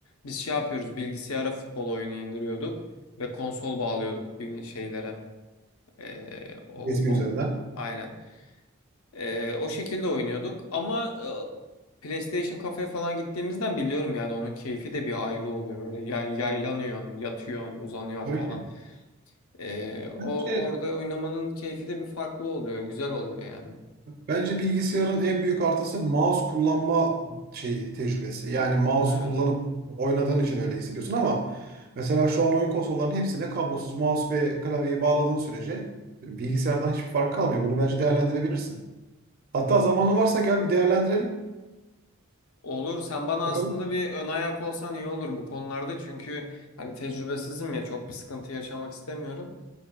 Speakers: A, on the left; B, on the right.
A: biz şey yapıyoruz bilgisayara futbol oyunu indiriyorduk ve konsol bağlıyorduk bir şeylere. Ee, o
B: USB
A: kon
B: üzerinden.
A: aynen. Ee, o şekilde oynuyorduk ama e, PlayStation kafeye falan gittiğimizden biliyorum yani onun keyfi de bir ayrı oluyor böyle yay- yaylanıyorsun, yatıyorsun, uzanıyorsun
B: Tabii
A: falan.
B: ki.
A: Ee, o
B: Bence
A: orada oynamanın keyfi de bir farklı oluyor, güzel oluyor yani.
B: Bence bilgisayarın en büyük artısı mouse kullanma şeyi tecrübesi. Yani mouse'u
A: Evet.
B: kullanıp oynadığın için öyle hissediyorsun ama mesela şu an oyun konsollarının hepsine kablosuz mouse ve klavyeyi bağladığın sürece e, bilgisayardan hiçbir fark kalmıyor. Bunu bence değerlendirebilirsin. Hatta zamanın varsa gel bir değerlendirelim.
A: Olur. Sen bana
B: Bakalım.
A: aslında bir ön ayak olsan iyi olur bu konularda. Çünkü hani tecrübesizim ya çok bir sıkıntı yaşamak istemiyorum.